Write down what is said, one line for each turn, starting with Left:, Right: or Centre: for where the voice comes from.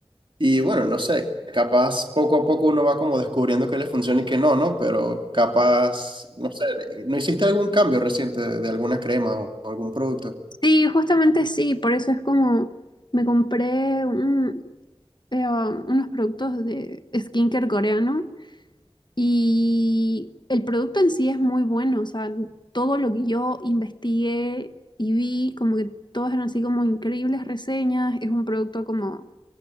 Right: Y bueno, no sé, capaz poco a poco uno va como descubriendo que le funciona y que no, ¿no? Pero capaz, no sé, ¿no hiciste algún cambio reciente de, de alguna crema o, o algún producto?
Left: Sí, justamente sí, por eso es como me compré un- eh, um, unos productos de skincare coreano y el producto en sí es muy bueno, o sea, todo lo que yo investigué y vi, como que todas eran así como increíbles reseñas, es un producto como,